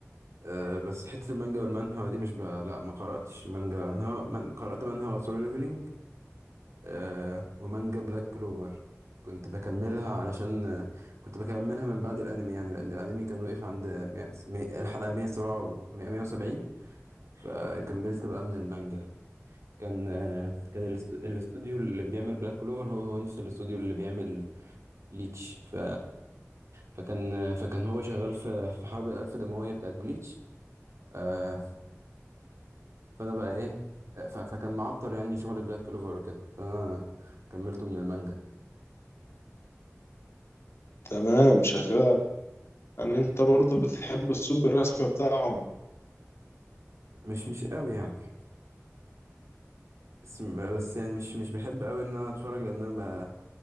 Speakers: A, on the right; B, on the left.
A: أه بس حته المانجا والمانهوا دي مش ب... لا ما قراتش مانجا ولا منهوا من... قرات منهوا سولو ليفلينج آه ومانجا بلاك كلوفر كنت بكملها علشان آه، كنت بكملها من بعد الانمي يعني لان الانمي كان وقف عند مية- مية- الحلقة 107 و 170 فكملت بقى من المانجا كان آه كان الاست- الاستوديو اللي بيعمل بلاك كلوفر هو هو نفس الاستوديو اللي بيعمل بليتش ف فكان آه، فكان هو شغال في في حرب الالف دموية بتاعت بليتش آه فانا بقى ايه آه، ف- فكان معطل يعني شغل بلاك كلوفر وكده فانا كملته من المانجا
B: تمام شغال يعني انت برضه بتحب اسلوب الرسم بتاعهم
A: مش مش قوي يعني بس بس يعني مش مش بحب قوي ان انا اتفرج لان انا ما-